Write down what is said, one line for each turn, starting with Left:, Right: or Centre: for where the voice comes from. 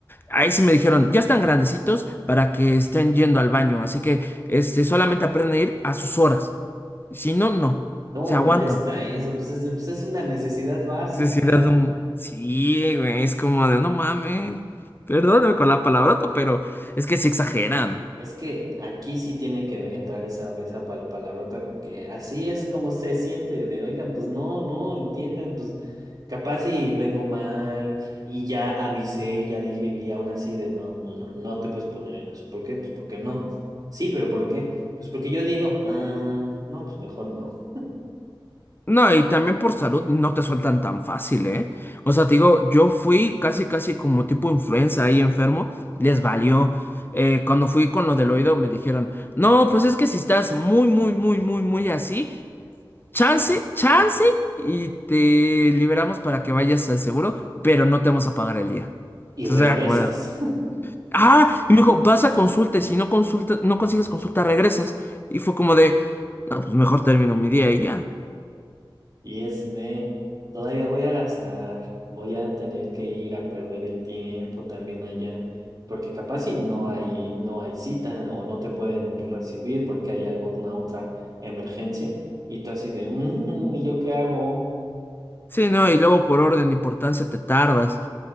Left: ahí sí me dijeron, ya están grandecitos para que estén yendo al baño. Así que, este, solamente aprenden a ir a sus horas. Si no, no.
Right: ¿Cómo
Left: Se
Right: molesta
Left: aguantan.
Right: eso? Pues es, pues es una necesidad básica.
Left: Sí, sí, das un- sí, güey, es como de no mames. Perdóname con la palabrota, pero es que sí exageran.
Right: Es que aquí sí tiene que entrar esa, esa pal- palabrota porque así es como se siente de, oigan, pues no, no, entiendan, pues capaz si vengo mal y ya avisé y ya dije y vi aún así de, no, no, no, no te puedes poner en eso. ¿Por qué? Pues porque no. Sí, pero ¿por qué? Pues porque yo digo, ah, no, pues mejor no.
Left: No, y también por salud no te sueltan tan fácil, ¿eh? O sea, te digo, yo fui casi, casi como tipo influenza ahí enfermo, les valió. Eh, cuando fui con lo del oído me dijeron, no, pues es que si estás muy, muy, muy, muy, muy así, chance, chance, y te liberamos para que vayas al seguro, pero no te vamos a pagar el día.
Right: Y
Left: Entonces
Right: regresas.
Left: era como, de, Ah, y me dijo, vas a consulta, y si no consulta, no consigues consulta, regresas. Y fue como de, no, pues mejor termino mi día y ya.
Right: Y es de, todavía voy a gastar, voy a tener que ir a perder el tiempo también allá, porque capaz si no hay, no hay cita o no te pueden recibir porque hay alguna otra emergencia y tú así de, "Mm, ¿y yo qué hago?
Left: Sí, no, y luego por orden de importancia te tardas.